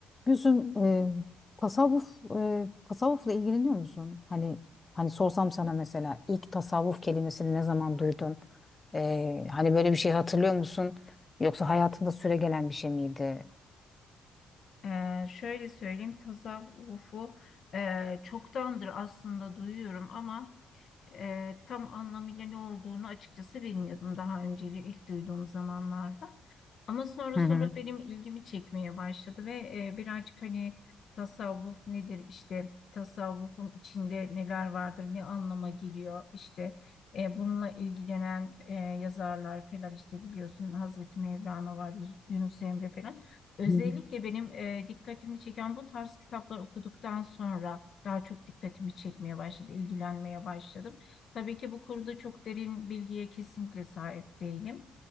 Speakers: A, on the left (about 25°); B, on the left (about 55°).
A: Gülsüm, e, tasavvuf e, tasavvufla ilgileniyor musun? Hani hani sorsam sana mesela ilk tasavvuf kelimesini ne zaman duydun? E, hani böyle bir şey hatırlıyor musun? Yoksa hayatında süregelen bir şey miydi?
B: Ee, şöyle söyleyeyim tasavvufu e, çoktandır aslında duyuyorum ama e, tam anlamıyla ne olduğunu açıkçası bilmiyordum daha önceli ilk duyduğum zamanlarda. Ama sonra
A: Hı
B: sonra
A: hı.
B: benim ilgimi çekmeye başladı ve e, birazcık hani tasavvuf nedir işte tasavvufun içinde neler vardır, ne anlama geliyor işte e, bununla ilgilenen e, yazarlar falan işte biliyorsun Hazreti Mevlana var, Yus- Yunus Emre falan. Özellikle
A: Hı
B: benim e, dikkatimi çeken bu tarz kitaplar okuduktan sonra daha çok dikkatimi çekmeye başladı, ilgilenmeye başladım. Tabii ki bu konuda çok derin bilgiye kesinlikle sahip değilim.